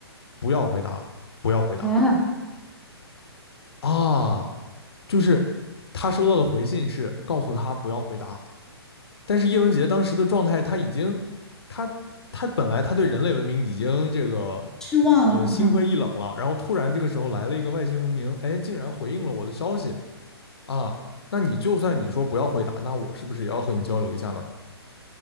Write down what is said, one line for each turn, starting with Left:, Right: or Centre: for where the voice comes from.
Left: 不要回答，不要回答
Centre: 啊，
Left: 啊！就是他收到的回信是告诉他不要回答，但是叶文洁当时的状态，他已经，他他本来他对人类文明已经这个
Centre: 失望了哈。
Left: 呃心灰意冷了，然后突然这个时候来了一个外星文明，哎，竟然回应了我的消息，啊，那你就算你说不要回答，那我是不是也要和你交流一下呢？